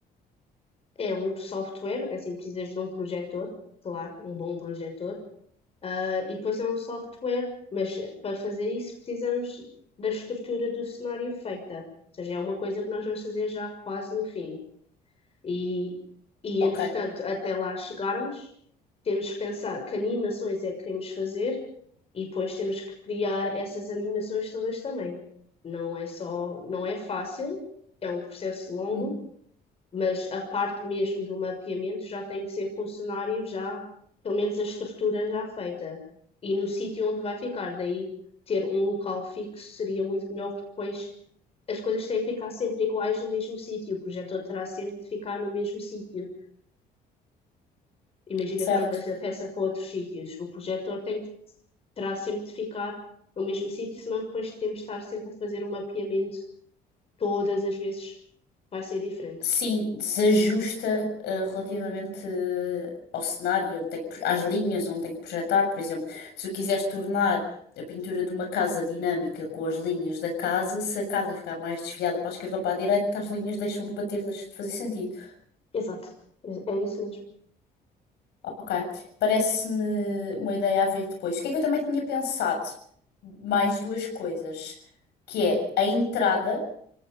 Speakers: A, on the left; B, on the left.
A: É um software, assim precisas de um projetor, claro, um bom projetor, Ah, e depois é um software, mas para fazer isso precisamos da estrutura do cenário feita. Ou seja, é uma coisa que nós vamos fazer já quase no fim. E, e
B: Ok,
A: entretanto, até lá chegarmos, temos que pensar que animações é que queremos fazer e depois temos que criar essas animações todas também. Não é só, não é fácil, é um processo longo
B: Hum,
A: mas a parte mesmo do mapeamento já tem que ser com o cenário já, pelo menos a estrutura já feita e no sítio onde vai ficar. Daí ter um local fixo seria muito melhor, porque depois as coisas têm que ficar sempre iguais no mesmo sítio, o projetor terá sempre de ficar no mesmo sítio. Imagina
B: certo.
A: que levas a peça para outros sítios, o projetor tem que, terá sempre de ficar no mesmo sítio, senão depois temos de estar sempre a fazer um mapeamento Todas as vezes vai ser diferente.
B: Sim, desajusta eh, relativamente eh, ao cenário, onde tem que, pro- às linhas onde tem que projetar. Por exemplo, se eu quisesse tornar a pintura de uma casa dinâmica com as linhas da casa, se a casa ficar mais desviada para a esquerda ou para a direita, as linhas deixam de bater, deixam de fazer sentido.
A: Exato. É é isso mesmo.
B: Ok, parece-me uma ideia a ver depois. O que é que eu também tinha pensado? Mais duas coisas, que é a entrada,